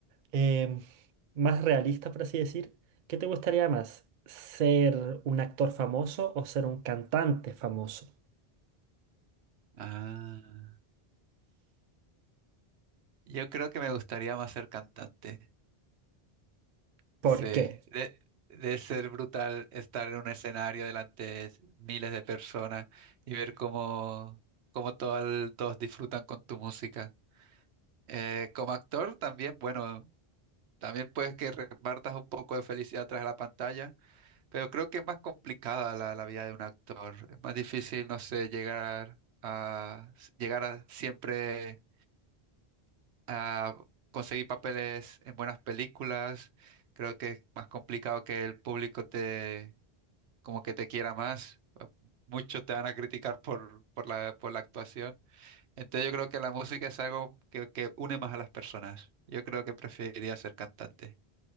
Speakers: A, on the right; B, on the right.
A: em, más realista, por así decir, ¿qué te gustaría más? ¿Ser un actor famoso o ser un cantante famoso?
B: Ah. Yo creo que me gustaría más ser cantante.
A: ¿Por
B: Sí,
A: qué?
B: de, de ser brutal estar en un escenario delante de miles de personas y ver cómo, cómo todo el- todos disfrutan con tu música. Eh, como actor también, bueno, también puedes que repartas un poco de felicidad tras la pantalla, pero creo que es más complicada la, la vida de un actor. Es más difícil, no sé, llegar a, llegar a siempre a conseguir papeles en buenas películas. Creo que es más complicado que el público te, como que te quiera más. Muchos te van a criticar por, por la, por la actuación. Entonces yo creo que la música es algo que, que une más a las personas. Yo creo que preferiría ser cantante.